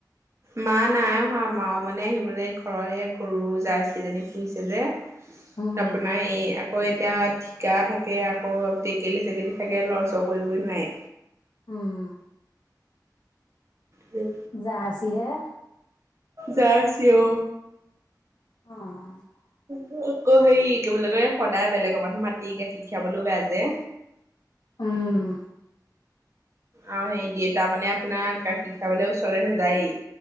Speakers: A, on the right (about 40°); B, on the left (about 85°).
A: মা নাই অহা। মাও মানে আহিবলে ঘৰৰ এ গৰু জাৰ্চি জনি পুঁহিছে যে।
B: উম,
A: আপোনাৰ এইয়া আকৌ এতিয়া ঠিকা থাকে। আকৌ টেকেলি- চেকেলি থাকে লৰ- চৰ কৰিবই নোৱাৰে।
B: উম।
A: উম।
B: জাৰ্ছিহে।
A: জাৰ্ছি অ।
B: অঁ--হ।
A: মোক ক' হেৰি, কি বুলি কয়? সদায় বেলেগৰ মানুহ মাতি গাখীৰ খীৰাবলৈও বেয়া যে।
B: উউম।
A: আৰু হেৰি দেউতা মানে আপোনাৰ গাখীৰ খিয়াবলে ওচৰলে নেযায়েই,